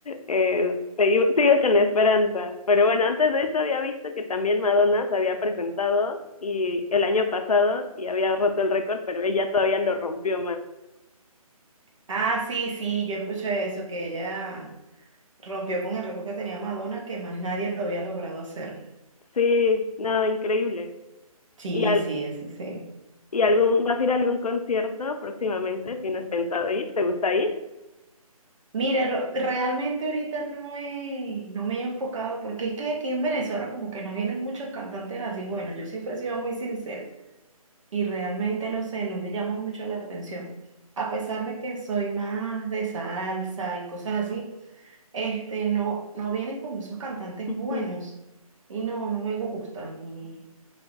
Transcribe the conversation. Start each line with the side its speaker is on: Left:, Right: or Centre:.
Left: eh, sigo, sigo con la esperanza. Pero bueno, antes de eso había visto que también Madonna se había presentado y el año pasado y había roto el récord, pero ella todavía lo rompió más.
Right: Ah, sí, sí, yo escuché eso, que ella rompió con el récord que tenía Madonna, que más nadie lo había logrado hacer.
Left: Sí, no, increíble.
Right: Sí,
Left: ¿Y, al,
Right: sí, eso sí.
Left: y algún, vas a ir a algún concierto próximamente? ¿Tienes pensado ir? ¿Te gusta ir?
Right: Mira, ro- realmente ahorita no he, no me he enfocado, porque es que aquí en Venezuela como que no vienen muchos cantantes así. Bueno, yo siempre he sido muy sincera. y realmente no sé, no me llama mucho la atención. A pesar de que soy más de salsa y cosas así, este, no, no vienen como esos cantantes
Left: <laughs>
Right: buenos y no, no me gustan. y-